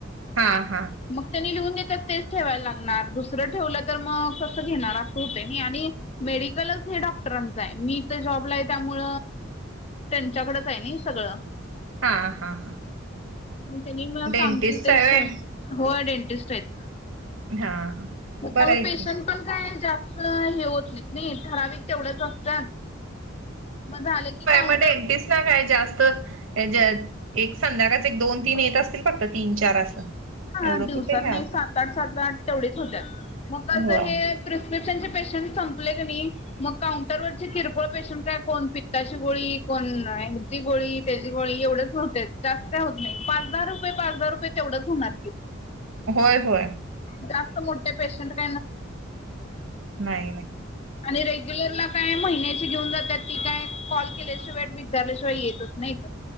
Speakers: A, on the right; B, on the left.
A: हा हा.
B: मग त्यांनी लिहून देतात तेच ठेवायला लागणार दुसरं ठेवलं तर मग कसं घेणार अस होते नी आणि मेडिकलच हे डॉक्टरांचं आहे. मी इथे जॉबला आहे त्यामुळ त्यांच्याकडच आहे नी सगळं.
A: हा हा हा.
B: म त्यांनी मला
A: डेंटिस्टच
B: सांगतील तेच
A: आहे
B: ठेव.
A: व्हय
B: हो डेंटिस्ट आहेत.
A: हा हा
B: मग
A: बरं
B: त्या म
A: आहे की
B: पेशंट पण काय जास्त हे होत नाहीत नी. ठराविक तेवढ्याच असत. म झालं की काउंटर
A: म डेंटिस्ट ना काय जास्त यांच्यात एक संध्याकाळच एक दोन तीन येत असतील फक्त तीन चार असं
B: ह
A: एवढं
B: दिवसात
A: कुठे हे
B: नाही
A: असं
B: सात आठ सात आठ तेवढेच होत्यात. मग कस
A: होय
B: हे प्रिस्क्रिप्शनचे पेशंट संपले का नी मग काउंटरवररची किरकोळ पेशन काय, कोण पिक्ताची गोळी कोण ती गोळी त्याची गोळी एवढेच होते जास्त काय होत नाही. पाच दहा रुपये पाच दहा रुपये तेवढंच होणार.
A: होय होय
B: जास्त मोठे पेशंट
A: नाही नाही
B: आणि रेग्युलरला प काय महिन्याची घेऊन जातात ती काय कॉल केल्याशिवाय विचारल्याशिवाय येतच नाही का